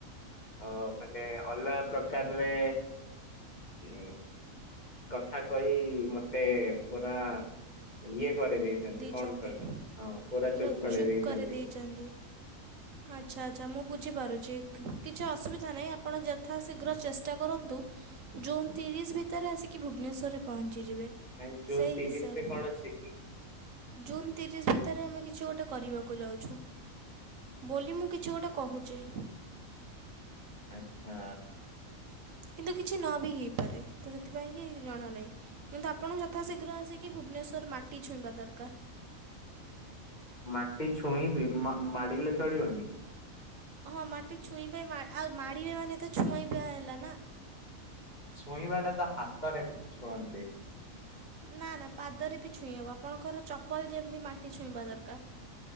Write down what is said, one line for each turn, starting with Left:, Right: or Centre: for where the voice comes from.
Left: ଅ ମାନେ ଅଲା ପ୍ରକାରରେ ଉ କଥା କହି ମତେ ପୁରା ଇଏ କରି ଦେଇଛନ୍ତି। କଣ
Right: ଛନ୍ତି
Left: କହିଲ ହଁ
Right: ପୁରା
Left: କରେଇ
Right: ଚୁପ୍
Left: ଦେଇଛନ୍ତି
Right: କରି ଦେଇଚନ୍ତି। ଆଚ୍ଛା ଆଚ୍ଛା ମୁଁ ବୁଝିପାରୁଛି କିଛି ଅସୁବିଧା ନାହିଁ, ଆପଣ ଯଥା ଶୀଘ୍ର ଚେଷ୍ଟା କରନ୍ତୁ ଜୁନ୍ ତିରିଶ ଭିତରେ ଆସିକି ଭୁବନେଶ୍ୱରରେ ପହଞ୍ଚିଯିବେ।
Left: କାଇଁ ଜୁନ୍
Right: ସେଇ
Left: ତିରିଶ
Right: ହିସାବ
Left: ରେ କଣ ଅଛି କି?
Right: ଜୁନ୍ ତିରିଶ ଭିତରେ ଆମେ କିଛି ଗୋଟେ କରିବାକୁ ଯାଉଛୁ, ବୋଲି ମୁଁ କିଛି ଗୋଟେ କହୁ ଚି।
Left: ଆଛା।
Right: କିନ୍ତୁ କିଛି ନ ବି ହେଇପାରେ ତ ସେଥିପାଇଁ କି ଜଣା ନାହିଁ। କିନ୍ତୁ ଆପଣ ଯଥାଶୀଘ୍ର ଆସିକି ଭୁବନେଶ୍ଵର ମାଟି ଛୁଇଁବା ଦରକାର।
Left: ମାଟି ଛୁଇଁବି ମାଡିଲେ ଚଳିବନି।
Right: ହଁ ମାଟି ଛୁଇଁବେମା ଆଉ ମାଡ଼ିବେ ମାନେ ତ ଛୁଇଁବା ହେଲା ନା?
Left: ଛୁଇଁବା ଟା ତ ହାତରେ ଛୁଅନ୍ତି।
Right: ନା ନା ପାଦରେ ବି ଛୁଇଁ ହେବ ଆପଣଙ୍କର ଚପଲ ଯେମିତି ମାଟି ଛୁଇଁବା ଦରକାର।